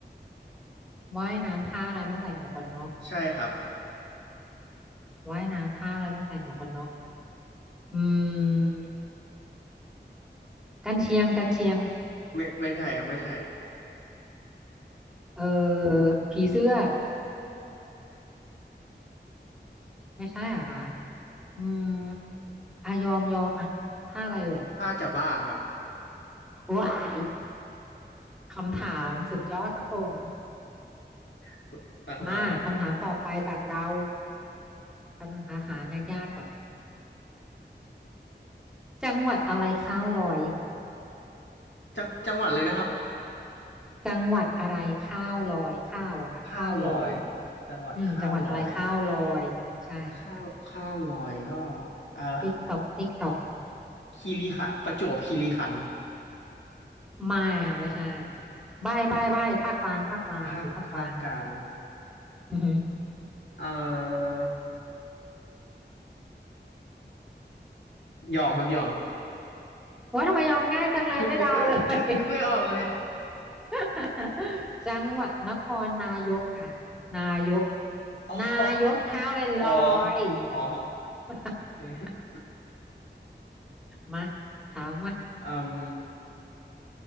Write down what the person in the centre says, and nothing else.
ว่ายน้ำท่าอะไรต้องใส่หมวกกันน็อก
ว่ายน้ำท่าอะไรต้องใส่หมวกกันน็อก อืมกันเชียงกันเชียง
เออผีเสื้อไม่ใช่เหรอ่ะคะอืมอ่ะยอมยอมอ่ะท่าอะไรเอ่ย
ว้ายคำถามสุดยอดครับผม
มาคำถามต่อไปจากเราคำถามหายากๆก่อนจังหวัดอะไรข้าวลอย
จังหวัดอะไรข้าวลอยข้าวอะค่ะข้าวลอย
อืมจังหวัดอะไรข้าวลอยใช่
ติ๊กตอกติ๊กตอก
ไม่ค่ะไม่ใช่ใบ้ใบ้ใบ้ภาคกลางภาคกลางอยู่ภาคกลาง
อือฮึ
ว่าทำไมยอมง่ายจังเลยไม่เดาเลย
<laughs> จังหวัดนครนายกค่ะนายก
นายกข้าวเลยลอยๆ
<laughs>
มาถามมา